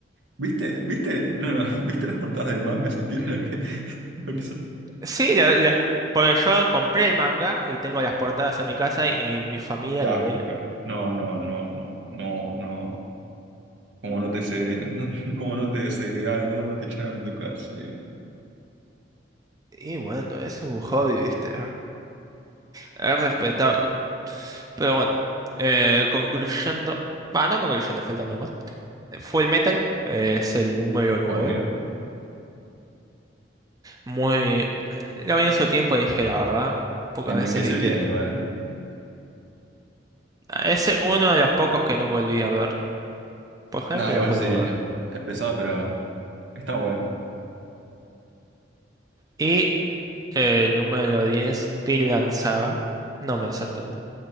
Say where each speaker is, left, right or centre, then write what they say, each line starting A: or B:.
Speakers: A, on the right; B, on the right.
A: viste? ¿Viste? No, no. <laughs> ¿Viste las portadas del manga siquiera lo que, <laughs> lo que son?
B: Sí, la- las- porque yo compré el manga y tengo las portadas en mi casa y, y mi familia
A: Ya,
B: lo veía.
A: claro. no, no, no, no, no, no. ¿Cómo no te segre... no, <laughs> cómo no te desegregaron? ¿Cómo no te echaron de tu casa? Yo,
B: Y bueno, es un hobby, ¿viste? Es respetable. Pero bueno, eh, concluyendo, va, no concluyendo, faltando más. Full Metal eh, es el número 9.
A: obvio.
B: Muy. Lo vi en su tiempo, dije la verdad. Pocas
A: Envejeció
B: veces vi que.
A: bien, igual.
B: Es uno de los pocos que no volví a ver. Por generalmente
A: No, igual
B: los vuelvo
A: sí,
B: a ver.
A: es pesado, pero está bueno.
B: Y eh, el número 10, Vinland Saga. No me sorprende.